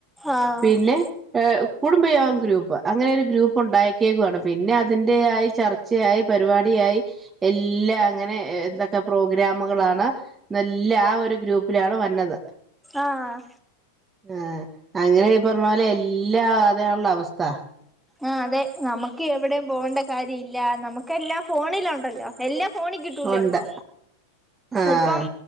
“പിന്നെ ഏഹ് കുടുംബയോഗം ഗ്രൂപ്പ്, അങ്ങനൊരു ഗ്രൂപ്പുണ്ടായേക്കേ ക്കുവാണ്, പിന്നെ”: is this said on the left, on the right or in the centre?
Right